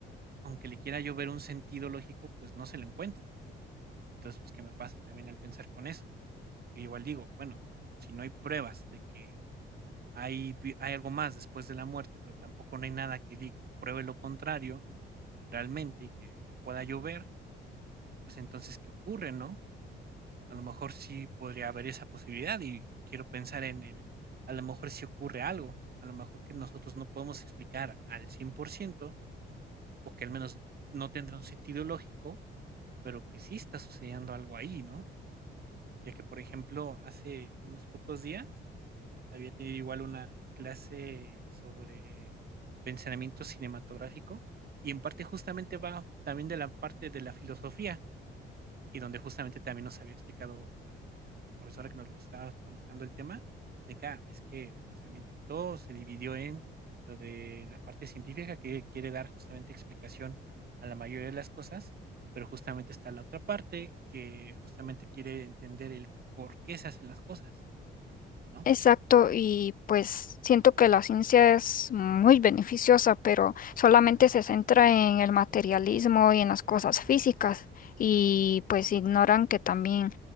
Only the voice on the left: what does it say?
Exacto, y pues siento que la ciencia es muy beneficiosa, pero solamente se centra en el materialismo y en las cosas físicas, y pues ignoran que también